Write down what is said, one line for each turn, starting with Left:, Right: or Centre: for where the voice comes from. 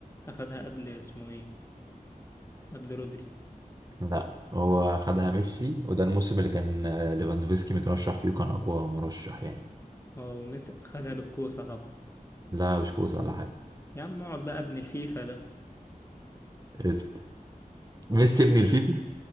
Left: اخدها قبل اسمه ايه قبل رودري
Right: لا هو خدها ميسي وده الموسم اللي كان آه، ليفاندوفسكي مترشح فيه وكان اقوى مرشح يعني
Left: اه وميسي خدها بالكوسة طبعا
Right: لا مش كوسه ولا حاجه
Left: يا عم اقعد بقى ابن الفيفا ده
Right: اسأل. ميسي
Left: ماشي
Right: ابن الفيفا